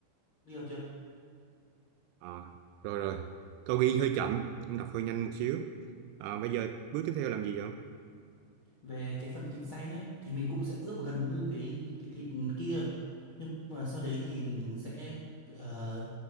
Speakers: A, on the left; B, on the right.
A: đi vào chưa
B: à, rồi rồi. Câu ghi hơi chậm, ông đọc hơi nhanh một xíu. À, bây giờ bước tiếp theo làm gì vậy? ông?
A: về cái phần thịt xay ấy, thì mình cũng sẽ ướp gần như cái cái thịt kia nhưng mà sau đấy thì mình sẽ ờ,